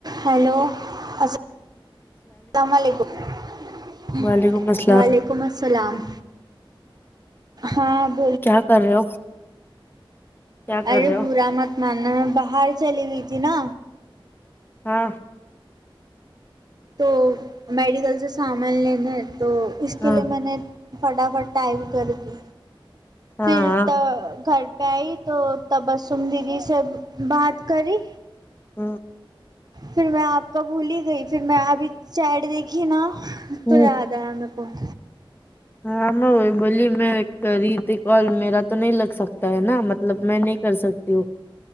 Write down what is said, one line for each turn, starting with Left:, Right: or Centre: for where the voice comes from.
Right: hello اللام علیکم ویک
Left: وعلیکم السلام
Right: <unintelligible> و علیکم السلام ہاں <unintelligible>
Left: کیا کر رہے ہو <unintelligible> کیا کر
Right: ارے
Left: رہے ہو
Right: برا مت مانا میں باہر چلی ہوئی تھی نا
Left: ہاں
Right: تو میڈیکل سے سامان لینےا ہے تو اس کے
Left: ہاں
Right: لیے میں نے فٹافٹ ٹائپ کر دی
Left: ہاں
Right: پھر
Left: ہاں
Right: تو گھر پہ آئی تو تبسم دیدی سے بات کری
Left: ہ <inaudible>
Right: پھر میں آپ کا بھول ہی گئی پھر میں ابھی سائڈ دیکھی نا
Left: ہوں،
Right: تو یاار د میں کو <unintelligible>
Left: ہاں میں وہی بولی میں کر رہی تھی کال میرا تو نہیں لگ سکتا ہے نا مطلب میں نہیں کر سکتی دو <inaudible>